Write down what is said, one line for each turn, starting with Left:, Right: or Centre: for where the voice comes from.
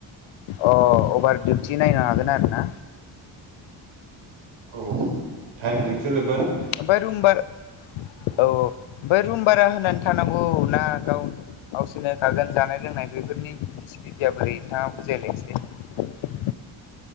Left: अ अभार डिउटि नायनो हागोन आरो ना?
Right: औ थाइम जोंसो लो
Left: ओमफ्राय रूम बार औ औ ओमफाय रुम भारा होनानै थानांगौ ना गाव गावसोरनो होखागोन जानाय लोंनाय बेफोरनि फेसिलिटिया बोरै नोंथाङा बुजायलाय एसे।